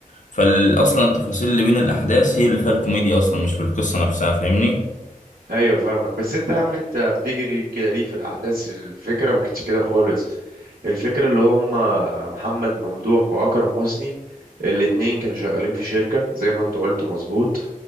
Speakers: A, on the left (about 60°); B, on the right (about 85°).
A: فأصلا التفاصيل اللي بين الأحداث هي اللي فيها الكوميديا أصلا مش في القصة نفسها فاهمني؟
B: ايوه فاهمك بس انت يا عم انت بتجري كده ليه في الاحداث الفكره ما كانتش كده خالص الفكره اللي هم محمد ممدوح واكرم حسني الاتنين كانوا شغالين في شركه زي ما انت قلت مظبوط